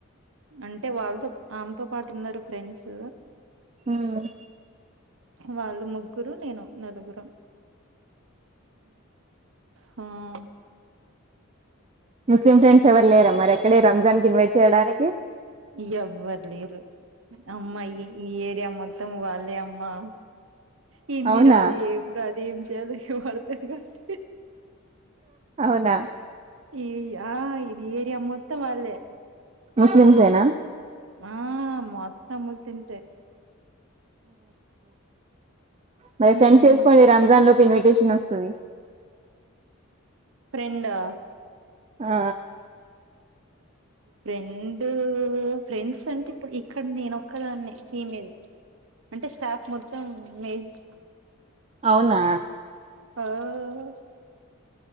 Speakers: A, on the right (about 70°); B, on the right (about 30°).
A: అంటే వాళ్ళతో ఆమెతో పాటు ఉన్నారు ఫ్రెండ్స్
B: హ్మ్
A: వాళ్ళు ముగ్గురు నేను నలుగురం హ్మ్
B: ముస్లిం ఫ్రెండ్స్ ఎవరు లేరమ్ మరి ఎక్కడే రంజాన్ కి ఇన్వైట్ చేయడానికి
A: ఇ ఎవరు లేరు అమ్మా ఈ ఈ ఏరియా మొత్తం వాల్ అ అమ్మా హిందరాదు
B: అవునా
A: ఏం రాదు ఏం చేయాలో ఏమో ఏం అర్థం కాట్లే
B: అవునా
A: ఈ ఆ ఇది ఏరియా మొత్తం వాళ్ళే
B: ముస్లిమ్స్ ఎనా
A: ఆ మొత్తం ముస్లింసే
B: మరి
A: హ్మ్
B: ఫ్రెండ్స్ చేసుకోండి రంజాన్ లో ఇన్విటేషన్ వస్తాది
A: ఫ్రెండా
B: ఆ
A: ఫ్రెండ్ ఫ్రెండ్స్ అంటే ఇప్పుడు ఇక్కడ నేను ఒక్కదానే ఫీమేల్ అంటే స్టాప్ మొత్తం మేజ్
B: అవునా
A: ఒహ్హస్